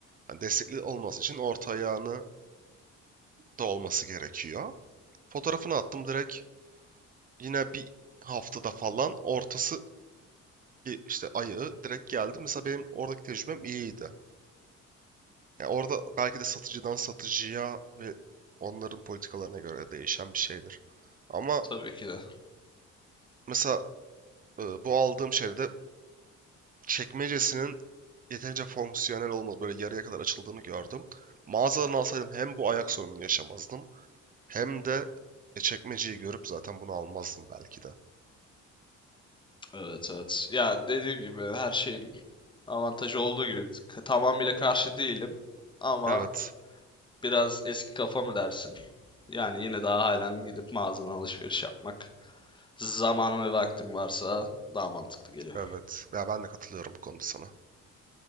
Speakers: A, on the right; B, on the left.
A: hani destekli olması için orta ayağını da olması gerekiyor. Fotoğrafını attım direkt yine bir haftada falan ortasındaki işte ayağı direkt geldi. Mesela benim oradaki tecrübem iyiydi. Ya orada belki de satıcıdan satıcıya ve onların politikalarına göre değişen bir şeydir. Ama
B: tabii ki de.
A: mesela e, bu aldığım şeyde çekmecesinin yeterince fonksiyonel olmadığı, böyle yarıya kadar açıldığını gördüm. Mağazadan alsaydım hem bu ayak sorununu yaşamazdım hem de e, çekmeceyi görüp zaten bunu almazdım belki de.
B: Evet evet. Ya dediğim gibi her şeyin avantajı olduğu gibi tamamıyla karşı değilim. Ama
A: Evet,
B: biraz eski kafa mı dersin? Yani yine daha halen gidip mağazadan alışveriş yapmak. Zamanım ve vaktim varsa daha mantıklı geliyor.
A: evet. Ya ben de katılıyorum bu konuda sana.